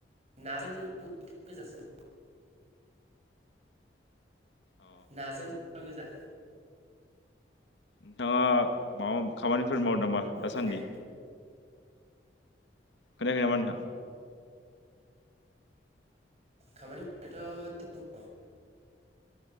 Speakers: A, on the right; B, on the left.
A: नाजों मैथा गोजासो
B: अ
A: नाजों मैथा गोजा
B: नोंथाङा माबा खामानिफोर मावदों नामा दासान्दि?
A: खोनायाखै
B: खोनायाखै नामा नोथां?
A: खामानि मावनायाथ'।